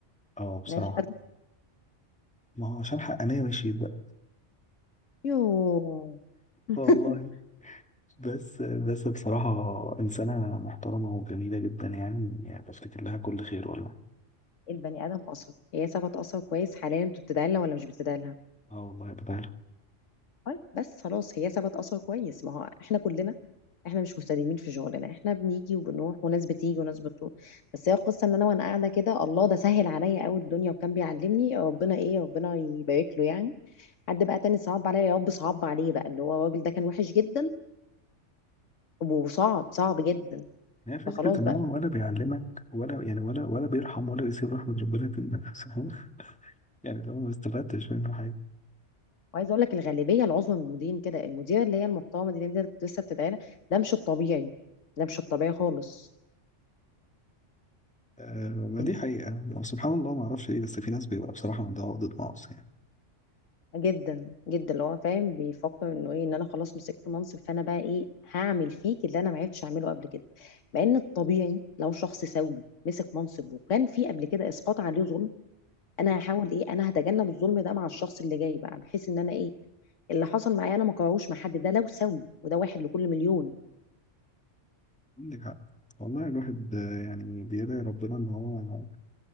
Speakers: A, in the centre; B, on the left.
A: اه بصراحة
B: انا شفت
A: ما هو عشان حقانية ماشي بقى
B: يو <laughs>
A: والله بس بس بصراحة إنسانة محترمة وجميلة جدا يعني, يعني بفتكر لها كل خير والله
B: البني ادم اثر هي سابت اثر كويس حاليا انتوا بتدعي لها ولا مش بتدعي لها
A: اه والله يا بدر
B: طيب بس خلاص هي سابت اثر كويس ما هو احنا كلنا احنا مش مستديمين في شغلنا احنا بنيجي وبنروح وناس بتيجي وناس بتروح بس هي القصه ان انا وانا قاعده كده الله ده سهل عليا قوي الدنيا وكان بيعلمني ربنا ايه ربنا يبارك له يعني حد بقى تاني صعب عليا يا رب صعب عليه بقى اللي هو الراجل ده كان وحش جدا وصعب صعب جدا
A: هي فكرة
B: فخلاص
A: إن
B: بقى
A: هو ولا بيعلمك ولا يعني ولا ولا بيرحم ولا بيسيب رحمة ربنا تنسى <laughs> يعني لو ما استفدتش منه حاجة
B: وعايزه اقول لك الغالبيه العظمى من المديرين كده المديره اللي هي المحترمه دي اللي انت كنت لسه بتدعينا ده مش الطبيعي ده مش الطبيعي خالص
A: آه ما
B: <laughs>
A: دي حقيقة يعني سبحان الله ما أعرفش ليه بس في ناس بيبقى بصراحة عندها عقدة نقص يعني
B: جدا جدا اللي هو فاهم بيفكر انه ايه ان انا خلاص مسكت منصب فانا بقى ايه هعمل فيك اللي انا ما عرفتش اعمله قبل كده مع ان الطبيعي لو شخص سوي مسك منصب وكان في قبل كده اسقاط عليه ظلم انا هحاول ايه انا هتجنب الظلم ده مع الشخص اللي جاي بقى بحيث ان انا ايه اللي حصل معايا انا ما كرهوش مع حد ده لو سوي وده واحد لكل مليون
A: عندك حق والله الواحد آه، يعني بيدعي ربنا إن هو